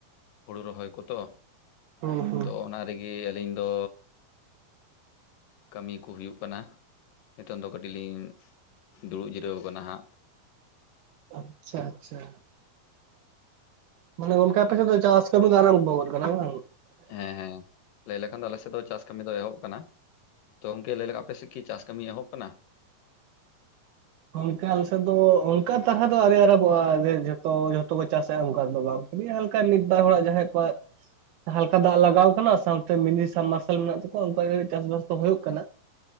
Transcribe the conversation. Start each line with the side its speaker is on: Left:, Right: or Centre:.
Left: ᱦᱩᱲᱩ ᱨᱚᱦᱚᱭ ᱠᱚᱛᱚ
Right: ᱦᱩᱸ ᱦᱩᱸ
Left: ᱛᱚ ᱚᱱᱟ ᱨᱮᱜᱮ ᱟᱹᱞᱤᱧ ᱫᱚᱼᱼ ᱠᱟᱹᱢᱤ ᱠᱚ ᱦᱩᱭᱩᱜ ᱠᱟᱱᱟ᱾ ᱱᱤᱛᱚᱝ ᱫᱚ ᱠᱟᱹᱴᱤᱡ ᱞᱤᱧ ᱫᱩᱲᱩᱵ ᱡᱤᱨᱟᱹᱣ ᱠᱟᱱᱟ ᱦᱟᱸᱜᱼᱼ
Right: ᱟᱪᱪᱷᱟ ᱟᱪᱪᱷᱟ ᱢᱟᱱᱮ ᱜᱚᱝᱠᱮ ᱟᱯᱮᱥᱮᱫ ᱫᱚ ᱪᱟᱥᱟᱥ ᱠᱟᱹᱢᱤ ᱟᱨᱟᱵ ᱠᱟᱱᱟ? ᱠᱟᱱᱟ
Left: ᱦᱮᱸ ᱦᱮᱸᱼᱼ ᱞᱟᱹᱭ ᱞᱮᱠᱷᱟᱱ ᱫᱚ ᱟᱞᱮ ᱥᱮᱫ ᱫᱚ ᱪᱟᱥ ᱠᱟᱹᱢᱤ ᱫᱚ ᱮᱦᱚᱵ ᱠᱟᱱᱟ ᱛᱚ ᱜᱚᱢᱠᱮ ᱞᱟᱹᱭ ᱞᱮᱠᱷᱟᱱ ᱟᱯᱮᱥᱮᱫ ᱠᱤ ᱪᱟᱥ ᱠᱟᱹᱢᱤᱭ ᱮᱦᱚᱵ ᱟᱠᱟᱱᱟ᱾
Right: ᱚᱱᱠᱟ ᱟᱞᱮᱥᱮᱜ ᱫᱚ ᱚᱱᱠᱟ ᱛᱟᱦᱟ ᱫᱚ ᱟᱨᱮ ᱟᱨᱟᱚᱵᱚᱜᱼᱟᱮ ᱡᱷᱚᱛᱚ ᱡᱷᱚᱛᱚ ᱠᱚ ᱪᱟᱥᱟᱼᱟ ᱚᱱᱠᱟ ᱫᱚ ᱵᱟᱝ᱾ ᱟᱹᱰᱤ ᱦᱟᱞᱠᱟ ᱢᱤᱫ ᱵᱟᱨ ᱦᱚᱲᱟᱜ ᱡᱟᱦᱟᱸᱭ ᱠᱚᱣᱟᱜ᱾ ᱦᱟᱞᱠᱟ ᱫᱟᱜ ᱞᱟᱜᱟᱣ ᱟᱠᱟᱱᱟ ᱥᱟᱶᱛᱮ ᱢᱤᱱᱤ ᱥᱟᱵ ᱢᱟᱨᱟᱨᱥᱟᱞ ᱢᱮᱱᱟᱜ ᱛᱟᱠᱚᱼᱼ ᱚᱱᱠᱟᱟᱜ ᱪᱟᱥᱵᱟᱥ ᱫᱚ ᱦᱩᱭᱩᱜ ᱠᱟᱱᱟ